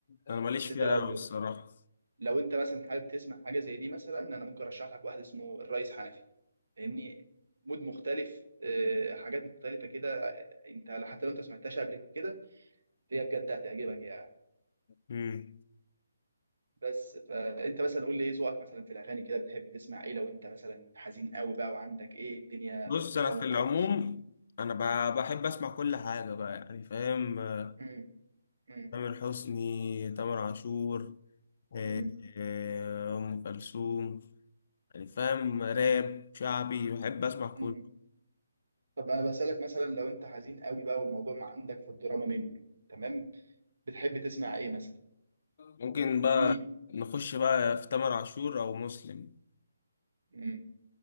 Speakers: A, on the left; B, on the right.
A: انا ماليش
B: بس
A: فيها
B: انت لو
A: قوي الصراحه
B: لو انت مثلا حابب تسمع حاجه زي دي مثلا انا ممكن ارشح لك واحد اسمه الريس حنفي فاهمني مود مختلف آه، حاجات مختلفه كده انت حتى لو انت سمعتهاش قبل كده فهي بجد هتعجبك يعني
A: امم
B: بس فانت مثلا قول لي ايه ذوقك مثلا في الاغاني كده بتحب تسمع ايه لو انت مثلا حزين قوي بقى وعندك ايه الدنيا
A: بص
B: في الدراما
A: انا في العموم
B: خالص
A: انا ب- بحب اسمع كل حاجه بقى يعني فاهم آه،
B: امم امم
A: تامر حسني تامر عاشور آه،
B: امم
A: آه، ام كلثوم يعني فاهم راب شعبي بحب اسمع كله
B: امم طب انا بسالك مثلا لو انت حزين قوي بقى والموضوع ما عندك في الدراما منه تمام بتحب تسمع ايه مثلا
A: ممكن بقى
B: مين
A: نخش بقى في تامر عاشور او مسلم
B: امم